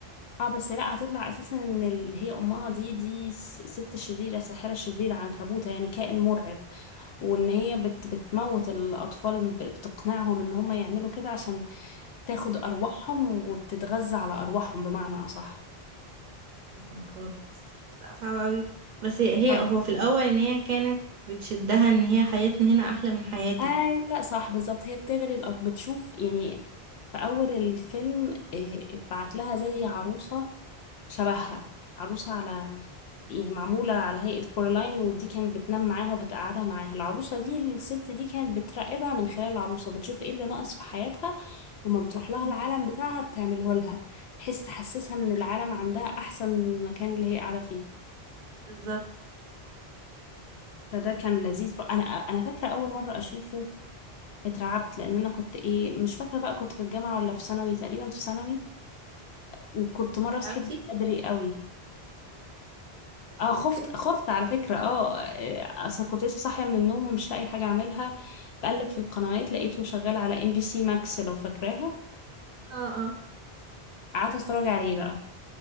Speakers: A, on the left; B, on the right.
A: اه بس لا هتطلع اساسا ان اللي هي امها دي دي س- ست شريره ساحره شريره عنكبوته يعني كائن مرعب وان هي بت بتموت الاطفال ب- بتقنعهم ان هم يعملوا كده عشان تاخد ارواحهم وبتتغذى على ارواحهم بمعنى اصح
B: اوه ماي جاد لا صعب قوي بس هي هي-
A: اه
B: هو في الاول ان هي كانت بتشدها ان هي حياتنا هنا احلى من حياتك
A: ايوه صح بالظبط هي بتغري الأب- بتشوف يعني في اول الفيلم إيه، اتبعت لها زي عروسه شبهها عروسه على يعني معموله على هيئه كورالاين ودي كانت بتنام معاها وبتقعدها معاها العروسه دي الست دي كانت بتراقبها من خلال العروسه بتشوف ايه اللي ناقص في حياتها وما بتروح لها
B: مم.
A: العالم بتاعها بتعمله لها بحيث تحسسها ان العالم عندها احسن من المكان اللي هي قاعده فيه
B: بالظبط
A: فده كان لذيذ بقى. انا انا فاكره اول مره اشوفه اترعبت لان انا كنت ايه مش فاكره بقى كنت في الجامعه ولا في ثانوي تقريبا في ثانوي وكنت مره
B: كنت
A: صحيت
B: عارفتي
A: بدري قوي اه خفت
B: اوكي
A: خفت على فكره اه آه، اصل كنت لسه صاحيه من النوم ومش لاقي حاجه اعملها بقلب في القنوات لقيته شغال على ام بي سي ماكس لو فاكراها
B: اه اه
A: قعدت اتفرج عليه بقى